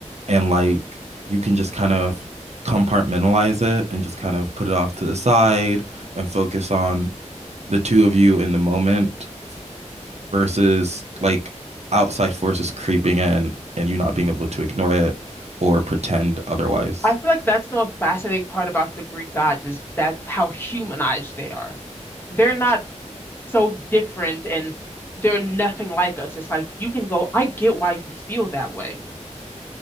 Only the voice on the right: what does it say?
and like you can just kind of compartmentalize it and just kind of put it off to the side and focus on the two of you in the moment versus like outside forces creeping in and you not being able to ignore it or pretend otherwise.